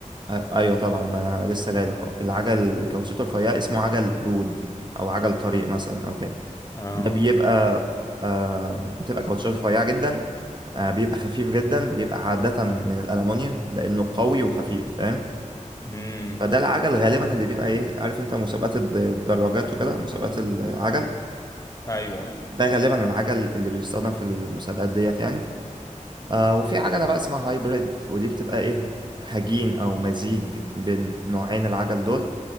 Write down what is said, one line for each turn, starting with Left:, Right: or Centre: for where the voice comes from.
Right: أ- ايوه طبعا ما لسه جاي لك اهو العجل الكاوتشات الرفيعة اسمه عجل رود او عجل طريق مثلا او كده
Left: اه
Right: ده بيبقى آه بتبقى كاوتشات رفيعة جدا آه بيبقى خفيف جدا بيبقى عادة من الألمونيوم لأنه قوي وخفيف فاهم
Left: امم
Right: فده العجل غالبا اللي بيبقى ايه عارف انت مسابقات الد- الدراجات وكده مسابقات العجل
Left: ايوه ايوه
Right: ده غالبا العجل اللي بيستخدم في المسابقات ديت يعني آه وفي عجلة بقى اسمها هايبريد ودي بتبقى ايه هجين او مزيج بين نوعين العجل دول